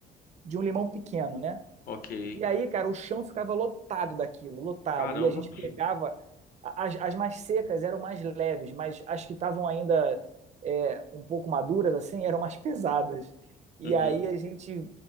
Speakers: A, on the right; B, on the left.
A: de um limão pequeno, né?
B: Ok.
A: E aí, cara, o chão ficava lotado daquilo, lotado.
B: Caramba.
A: E a gente pegava. a- As, as mais secas eram mais leves, mas as que estavam ainda é, um pouco maduras, assim, eram mais pesadas. E
B: Uhum.
A: aí a gente